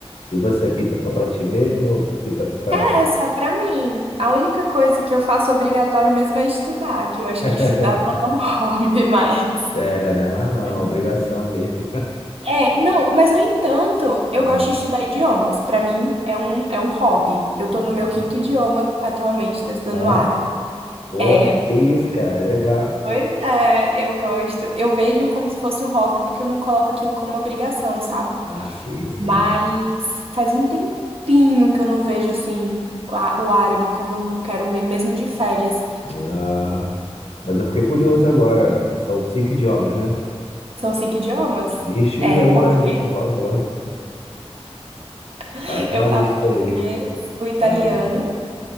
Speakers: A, on the left (about 65°); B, on the right (about 65°).
A: E você pinta só pra ti mesmo ou pinta pra...
B: É, só pra mim. A única coisa que eu faço obrigatório mesmo é estudar, que eu acho
A: <laughs>
B: que estudar não é um <laughs> hobby mais.
A: É, já não é mais não,
B: pra
A: é uma
B: mim.
A: obrigação mesmo.
B: É, não, mas no entanto, eu
A: Hum.
B: gosto de estudar idiomas. Pra mim, é um, é um hobby. Eu
A: hum.
B: tô no meu quinto idioma atualmente, tô estudando
A: Ah, é?
B: árabe.
A: Olha,
B: É,
A: que isso, cara, legal.
B: Pois é, eu gosto. Eu vejo como se fosse um hobby, porque eu não coloco aquilo como obrigação, sabe?
A: Ah, sim, sim.
B: Mas faz um tempinho que eu não vejo assim a- o árabe como eu quero ver, mesmo de férias.
A: Ah. Mas eu fiquei curioso agora. São cinco idiomas, né?
B: São cinco idiomas.
A: Liste-os
B: É
A: aí
B: o
A: pra
B: português,
A: mim, por favor. <laughs>
B: <laughs>
A: Faz uma
B: eu falo
A: lista aí.
B: português, o italiano.
A: Ah,